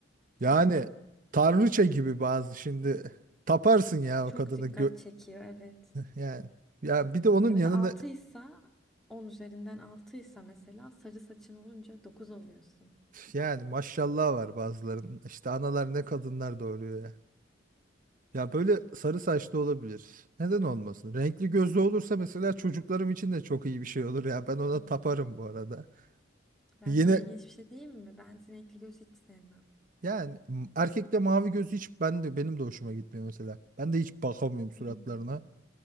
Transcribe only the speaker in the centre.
He,
çok
dikkat çekiyor evet.
Ya mesela
6'ysa 10 üzerinden 6'ysa mesela sarı saçın olunca 9 oluyorsun.
Hmm.
Ben
sana ilginç bir şey diyeyim mi? Ben sinekli göz hiç sevmem.
Hmm.